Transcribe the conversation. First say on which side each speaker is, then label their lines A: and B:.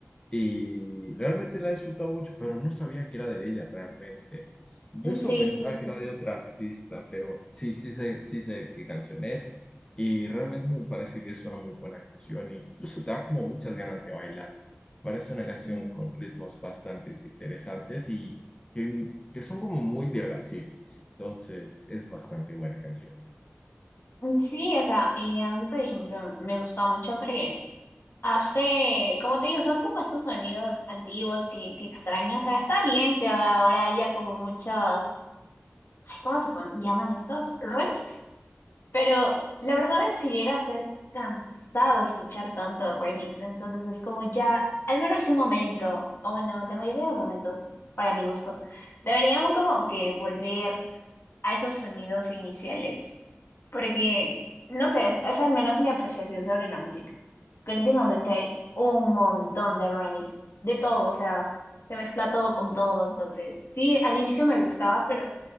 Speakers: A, on the left (about 20°); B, on the left (about 60°).
A: Y realmente la he disfrutado mucho, pero no sabía que era de ella realmente. Yo
B: sí,
A: solo pensaba
B: sí,
A: que
B: sí,
A: era de otra artista, pero sí, sí sé, sí sé qué canción es. Y realmente me parece que es una muy buena canción. e incluso te da como muchas ganas de bailar. Parece una canción
B: sí.
A: con ritmos bastante interesantes y que, que son como muy de Brasil. Entonces es bastante buena canción.
B: Sí, o sea, y a mí, por ejemplo, me gusta mucho porque hace, como te digo, son como esos sonidos antiguos que, que extraño. O sea, está bien que ahora haya como muchos, ay, ¿cómo se pon- llaman estos? remix Pero la verdad es que llega a ser cansado escuchar tanto remix, entonces es como ya, al menos un momento, o bueno, la mayoría de momentos, para mi gusto, deberíamos como que volver a esos sonidos iniciales, porque, no sé, es, es al menos mi apreciación sobre la música, que últimamente hay un montón de remix, de todo, o sea, se mezcla todo con todo, entonces sí, al inicio me gustaba, pero